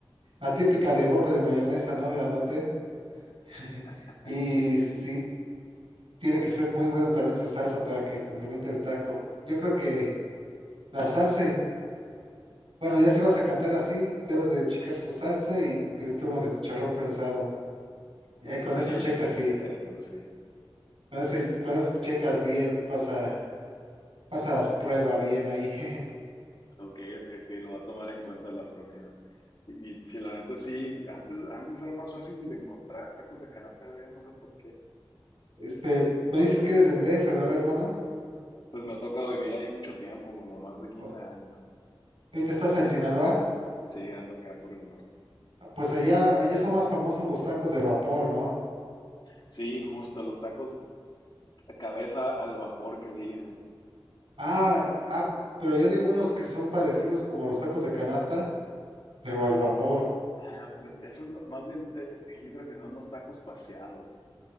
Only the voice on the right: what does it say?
la típica de bote de mayonesa, ¿no? Grandote. <laughs>
Y
sí, tiene que ser muy buena también su salsa para que complemente el taco. Yo creo que la salsa y, bueno, ya si vas a catar así, debes de checar su salsa y pedirte uno de chicharrón prensado. Y
ahí con
eso checas
sí.
Con eso, con eso checas bien, pasa, pasas prueba bien ahí. <laughs>
Este, me dices que eres de D F, ¿verdad, hermano?
O-
Ahorita estás en Sinaloa.
Pues allá, allá son más famosos los tacos de vapor, ¿no?
Ah, ah, pero yo digo unos que son parecidos como los tacos de canasta, pero al vapor.